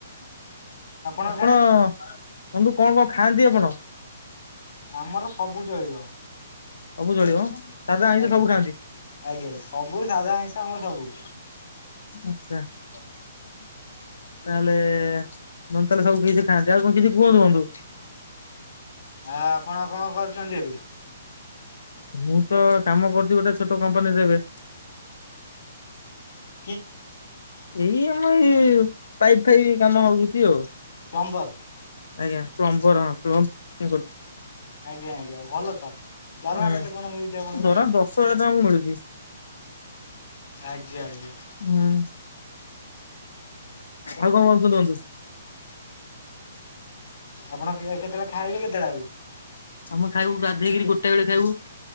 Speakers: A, on the left; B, on the left.
A: ଆପଣଙ୍କ
B: ଆପଣ
A: ସିଆଡେ
B: ବନ୍ଧୁ କଣ କଣ ଖାଆନ୍ତି ଆପଣ?
A: ଆମର ସବୁ ଚଳିବ।
B: ସବୁ ଚଳିବ ସାଧା ଆଇଁଷ
A: ଆଜ୍ଞା
B: ସବୁ ଖାଆନ୍ତି
A: ଆଜ୍ଞା ସବୁ ସାଧା ଆଇଁସ ଆମର ସବୁ।
B: ଆଚ୍ଛା ତାହେଲେ ବନ୍ଧୁ ତାହାଲେ ସବୁ କିଛି ଖାଆନ୍ତି ଆଉ କଣ କିଛି କୁହନ୍ତୁ ବନ୍ଧୁ?
A: ଆ ଆପଣ କଣ କରୁଛନ୍ତି ଏବେ?
B: ମୁଁ ତ କାମ କରୁଛି ଗୋଟେ ଛୋଟ କମ୍ପାନୀରେ ଏବେ।
A: କୁଆଡେ?
B: ଏଇ ଆମରି ପାଇପ୍ ଫାଇପ କାମ ହଉଛି ଆଉ।
A: ପ୍ଲମ୍ବର୍?
B: ଆଜ୍ଞା ପ୍ଲମ୍ବର୍ ହଁ ପ୍ଲମ୍ବ କରୁଛି
A: <inaudible> ଆଜ୍ଞା ଆଜ୍ଞା ଭଲ ତ
B: ହୁଁ
A: ଦରମା କେତେ କଣ ମିଳୁଛି ଆପଣଙ୍କୁ?
B: ଧର ଦଶ ହଜାର ଟଙ୍କା ଆମକୁ ମିଳୁଛି
A: ଆଜ୍ଞା, ଆଜ୍ଞା।
B: ହଁ। ଆଉ କଣ କୁହନ୍ତୁ ବନ୍ଧୁ?
A: ଆପଣ କେତେବେଳେ ଖାଇବେ କେତେବେଳେ ଆଉ
B: ଆମେ ଖାଇବୁ ଗାଧୋଇ କିରି ଗୋଟେ ବେଳେ ଖାଇବୁ